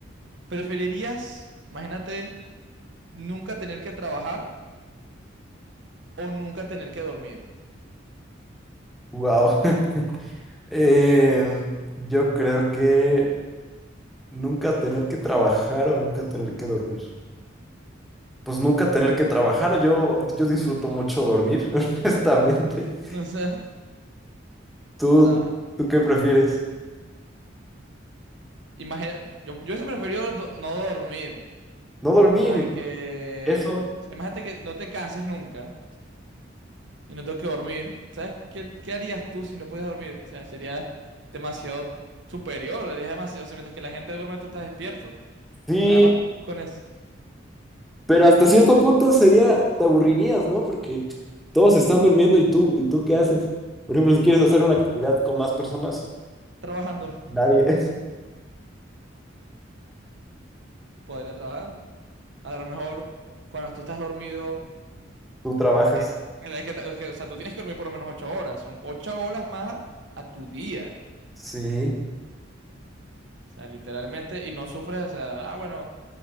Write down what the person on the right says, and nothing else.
¿Preferirías, imagínate, nunca tener que trabajar o nunca tener que dormir?
<laughs> O sea,
tra-
imagina- yo, yo hubiese preferido do- no dormir,
porque
o sea, imagínate que no te canses nunca y no tengo que dormir. ¿Sabes qué, qué harías tú si no pudieras dormir? O sea, sería demasiado superior, harías demasiado, o sea, mientras que la gente duerme, tú estás despierto.
Nada más con eso,
tra-
trabajando,
podría trabajar. A lo mejor cuando tú estás dormido,
eh, es que, te- es que, o sea, tú tienes que dormir por lo menos ocho horas. Son ocho horas más a, a tu día.
O sea, literalmente, y no sufres, o sea, ah, bueno,